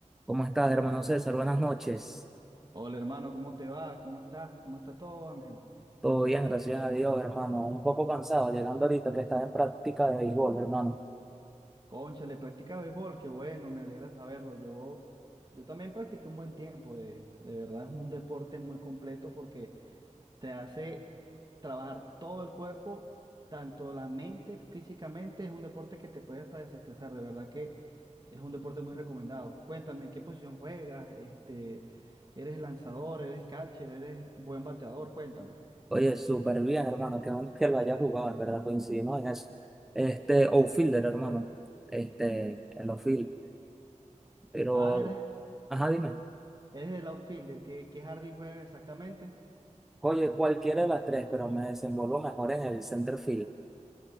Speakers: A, in the centre; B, on the right.
A: ¿Cómo estás, hermano César? Buenas noches.
B: Hola hermano, ¿cómo te va? ¿Cómo estás? ¿Cómo está todo, Ángel?
A: Todo bien, gracias a Dios, hermano. Un poco cansado, llegando ahorita que estás en práctica de béisbol, hermano.
B: Cónchale, practicas béisbol, qué bueno, me alegra saberlo. Yo, yo también practiqué un buen tiempo, de, de verdad es un deporte muy completo porque te hace trabajar todo el cuerpo, tanto la mente, físicamente, es un deporte que te puede hasta desestresar, de verdad que es un deporte muy recomendado. Cuéntame, ¿qué posición juegas? Este, ¿eres lanzador, eres catcher, eres buen bateador? Cuéntame.
A: Oye, súper bien, hermano. Qué bueno que lo hayas jugado, en verdad, coincidimos en eso. Este, outfielder, hermano. Este, el outfield. Pero,
B: Ah, eres
A: ajá, dime.
B: Eres el outfielder. ¿Qué, qué jardín juegas exactamente?
A: Oye, cualquiera de las tres, pero me desenvuelvo mejor en el center field.